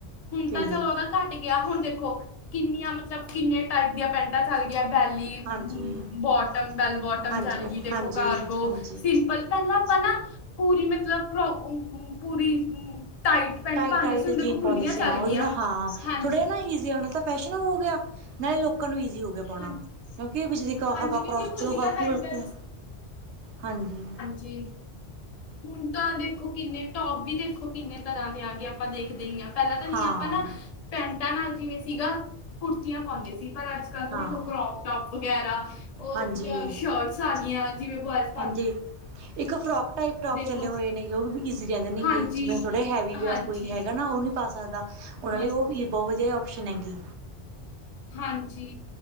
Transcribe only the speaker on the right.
ਫੇਰ
ਹਾਂਜੀ,
ਹਾਂਜੀ,
ਹਾਂਜੀ,
ਹਾਂਜੀ।
ਟਾਈਟ
ਟਾਈਟ
ਜੀਨ
ਪਾਉਂਦੇ ਸੀ
ਹਾਂ ਓਦੇ
ਨਾਲ ਹਾਂ
ਥੋੜੇ ਜੇ ਨਾ ਈਜੀ਼ ਆਣਾ ਤਾਂ ਫੈਸ਼ਨ ਹੋ ਗਯਾ ਨਾਲੇ ਲੋਕਾਂ ਨੂੰ ਈਜ਼ੀ ਹੋ ਗਯਾ ਪਾਉਣਾ
ਕਿਉਂਕਿ ਵਿੱਚ ਦੀ
ਹਵਾ
ਕਰੋਸ
ਚਲੋ ਹਲਕੀ
ਫੁਲਕੀਆਂ ਹਾਂਜੀ
ਹਾਂ।
ਹਾਂ,
ਹਾਂਜੀ,
ਹਾਂਜੀ ਇੱਕ ਫਰੋਕ ਟਾਈਪ ਟੋਪ
ਚਲੇ ਹੋਏ ਨੇਗੇ ਓ ਵੀ ਈਜ਼ੀ ਰੈਂਦੇ ਨੈਗੇ
ਜਿਵੇਂ ਥੋੜ੍ਹੇ ਹੈਵੀ ਵਿਅਰ
ਕੋਈ ਹੈਗਾ ਨਾ ਓ ਨਈ ਪਾ ਸਕਦਾ ਓਨਾਂ
ਲਈ ਓ ਬੋਤ ਵਦੀਆ ਓਪਸ਼ਨ ਹੈਗੀ।